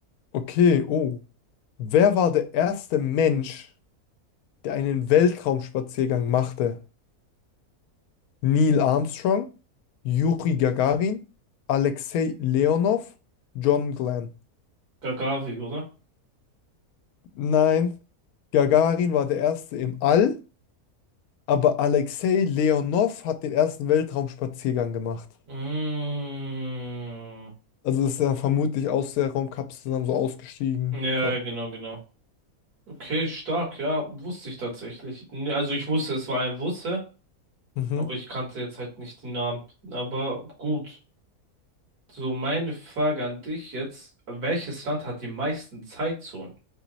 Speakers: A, on the left; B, on the right.
A: okay, oh. Wer war der erste Mensch, der einen Weltraumspaziergang machte? Neil Armstrong, Juri Gagarin, Alexei Leonov, John Glenn.
B: Gagavi, oder?
A: Nein, Gagarin war der erste im All, aber Alexei Leonov hat den ersten Weltraumspaziergang gemacht.
B: Mhm.
A: Also ist er vermutlich aus der Raumkapsel dann so ausgestiegen.
B: Ja,
A: Ver-
B: genau, genau. Okay, stark, ja, wusste ich tatsächlich. Nee, Also ich wusste, es war ein Russe,
A: Mhm.
B: aber ich kannte jetzt halt nicht den Namen. Aber gut. So, meine Frage an dich jetzt. Welches Land hat die meisten Zeitzonen?